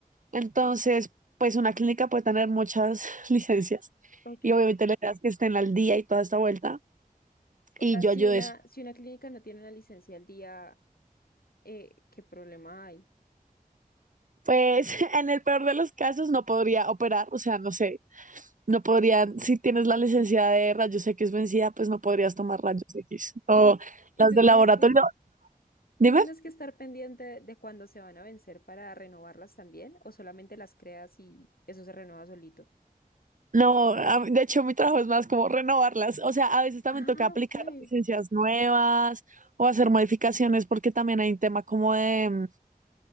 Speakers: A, on the right (about 60°); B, on the left (about 80°).
A: Entonces, pues una clínica puede tener muchas <laughs> licencias
B: Ok.
A: y obviamente la idea es que estén al día y toda esta vuelta.
B: O
A: Y
B: sea,
A: yo
B: si
A: ayudo
B: una,
A: eso.
B: si una clínica no tiene una licencia al día, eh, ¿qué problema hay?
A: Pues <laughs> en el peor de los casos no podría operar, o sea, no sé, no podrían, si tienes la licencia de rayos X vencida, pues no podrías tomar rayos X. O
B: Y tú, y
A: las
B: tú
A: de
B: tienes
A: laboratorio,
B: que,
A: dime.
B: tú tienes que estar pendiente de cuándo se van a vencer para renovarlas también, o solamente las creas y eso se renueva solito.
A: No, a mí- de hecho mi trabajo es más como renovarlas. O sea, a veces también
B: Ah,
A: toca aplicar
B: ok.
A: licencias nuevas o hacer modificaciones porque también hay un tema como de mm,